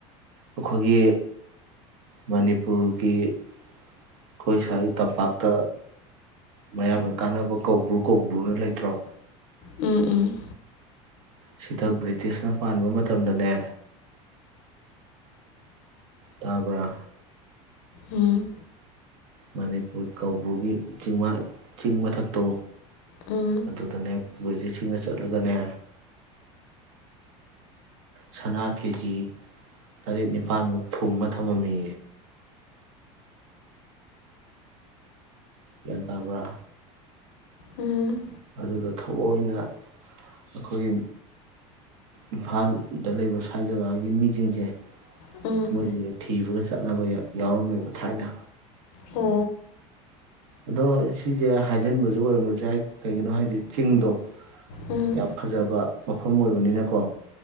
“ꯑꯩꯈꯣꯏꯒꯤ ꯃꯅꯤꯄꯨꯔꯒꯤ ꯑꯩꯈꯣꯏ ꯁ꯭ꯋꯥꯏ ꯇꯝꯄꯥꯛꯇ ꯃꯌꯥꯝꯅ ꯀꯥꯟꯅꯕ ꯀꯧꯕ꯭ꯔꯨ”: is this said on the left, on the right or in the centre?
Right